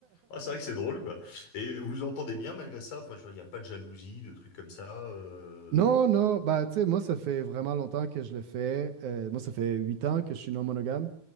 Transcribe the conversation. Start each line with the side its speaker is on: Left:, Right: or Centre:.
Left: Ah, c'est vrai que c'est drôle, quoi. Et vous vous entendez bien malgré ça? Enfin, je veux dire, il n'y a pas de jalousie, de trucs comme ça. Euh...
Right: Non, non, bah, tu sais, moi, ça fait vraiment longtemps que je le fais. Euh, moi, ça fait huit ans que je suis non monogame.